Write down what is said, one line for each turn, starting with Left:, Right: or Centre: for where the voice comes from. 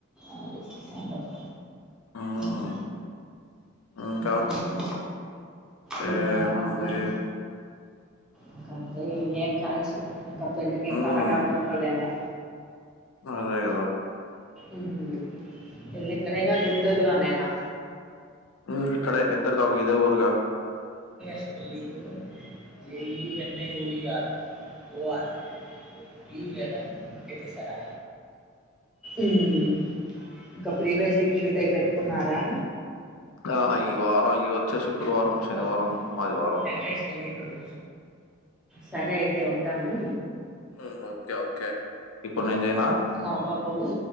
Centre: అది సంగతి
Left: హ్మ్.
Centre: ఉమ్
Left: ఇంకా
Centre: ఇంకేంటి ఏం
Left: ఏముంది?
Centre: ఉన్నాయి ఇంక అంటే ఇయె కాలుసు ఇంకా పెళ్ళికి
Left: హ్మ్.
Centre: ఇంకా హడావుడు ఉంటదేమో
Left: అదే కదా
Centre: ఉమ్ పెళ్లి ఇక్కడేగా గుంటూరు లోనేగా
Left: ఉమ్ ఇక్కడే ఇద్దరు కా ఇదే ఊరుగా
Centre: స్పెల్లింగ్ ఏ ఈ న్ యి ఓ యూ ర్ ఓ ర్ ఈ లేదా ఏతేసారా ఉమ్ ఇంకా ప్రీ వెడ్డింగ్ షూట్ అయి పెట్టుకున్నారా
Left: ఆ ఈ వారం ఈ వచ్చే శుక్రవారం, శనివారం,
Centre: దర్శన్కి
Left: ఆదివారం.
Centre: టెన్ మినిట్స్ అయిపోయి ట్వంటీ సరే అయితే ఉంటాను.
Left: ఉమ్ ఓకే ఓకే ఇప్పుడ్ నేంజెయ
Centre: కె బా పోనీ